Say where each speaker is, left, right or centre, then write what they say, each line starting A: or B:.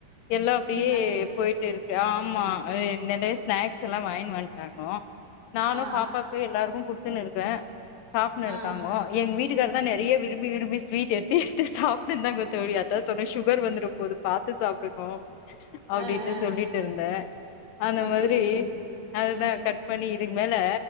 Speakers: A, on the left; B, on the right.
A: எல்லா அப்டியே
B: புடிங்களா
A: போயிட்டு இருக் எ ஆமா நெறைய ஸ்நாக்ஸ் எல்லா வாங்கினு வந்ட்டாங்க நானு
B: ஆ
A: பாப்பாக்கு எல்லாருக்கு குட் த்துன்னு இருக்கே சாப்ட்னு
B: ஆ ஆ
A: இருக்காங்க எங் வீட்டுக்காரு லா நெறைய விரும்பி விரும்பி ஸ்வீட் எட்த்து து சாப்ட்ருதாங்க தோழி அதா சொன்னே ஷூகர் வந்துரப்போது பாத்து சாப்ட்டுக்கோனு அப்டிட்டு
B: ஆ ஆ
A: சொல்லிட்டு இருந்தே அந்த
B: ஓகே
A: மாதிரி
B: தோழி
A: அதுதா
B: ம்
A: கட் பண்ணி இருந்தாலு ல்ல